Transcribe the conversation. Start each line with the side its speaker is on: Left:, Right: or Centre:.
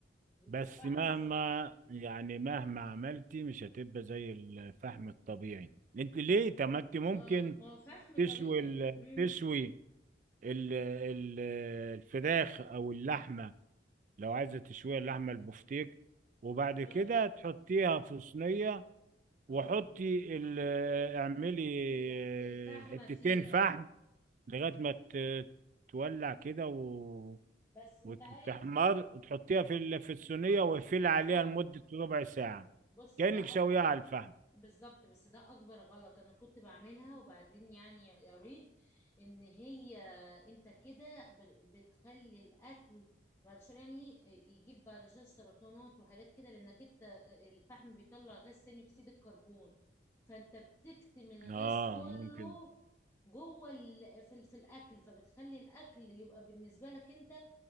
Left: بيبقى
Right: بس
Left: الفحم
Right: مهما
Left: سخن
Right: يعني مهما عملتي مش هتبقى زي الفحم الطبيعي انت ليه طب ما انت ممكن
Left: اه ما هو فحم
Right: تشوي
Left: طبيعي
Right: ال-
Left: امم
Right: تشوي ال- ال- الفراخ او اللحمه لو عايزة تشويها اللحمة البفتيك وبعد
Left: اه
Right: كده تحطيها في صينية
Left: اه
Right: وحطي ال- آه، اعملي
Left: إيه،
Right: آه،
Left: الفحمة
Right: حتتين
Left: فيها
Right: فحم لغاية ما ت- تولع كده و...
Left: بس انت
Right: وتحمر
Left: عارف
Right: تحطيها في ال- في الصينية واقفلي عليها
Left: لا
Right: لمدة ربع ساعة
Left: بص
Right: كأنك
Left: ده
Right: شويها على الفحم
Left: بالظبط بس ده اكبر غلط انا كنت بعملها وبعدين يعني قريت ان هي انت كده ب- بتخلي الاكل بعد شويه يعني يجيب بعد شويه سرطانات وحاجات كده لانك انت الفحم بيطلع غاز ثاني اكسيد الكربون فانت بتكتم الغاز
Right: اه
Left: كله
Right: ممكن
Left: جوه ال... في, ال... في الاكل فبتخلي الاكل يبقى بالنسبه لك انت